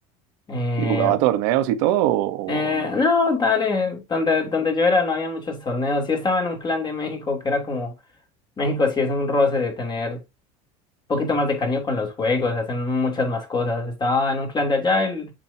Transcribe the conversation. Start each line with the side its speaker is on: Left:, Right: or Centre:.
Left: Eh,
Right: ¿Y jugaba torneos y todo o,
Left: eh,
Right: o no?
Left: no, dale, donde, donde yo era no había muchos torneos. Sí estaba en un clan de México que era como, México sí es un roce de tener poquito más de cariño con los juegos, hacen muchas más cosas. Estaba en un clan de Agile,